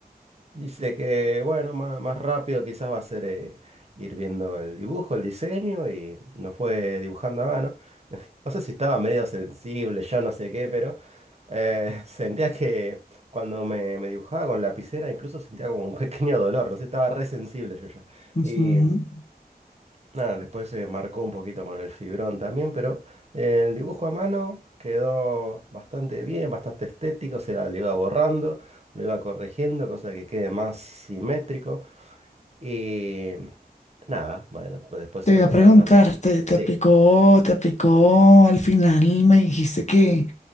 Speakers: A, on the right; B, on the left.
A: Dice que, bueno, má- más, rápido quizás va a ser eh, ir viendo el dibujo, el diseño y nos fue dibujando a mano. <laughs> No sé si estaba medio sensible, yo no sé qué, pero eh, <laughs> sentía que cuando me, me dibujaba con lapicera incluso sentía como un pequeño dolor, no sé, estaba re sensible yo ya.
B: ujú.
A: Y Nada, después se marcó un poquito con el fibrón también, pero eh, el dibujo a mano quedó bastante bien, bastante estético, o sea, lo iba borrando, lo iba corrigiendo, cosa que quede más simétrico. Y nada, bueno, pues después
B: Te
A: se
B: voy
A: empezó
B: a preguntar,
A: a tratar.
B: te, te aplicó,
A: Sí.
B: te aplicó, al final me dijiste que,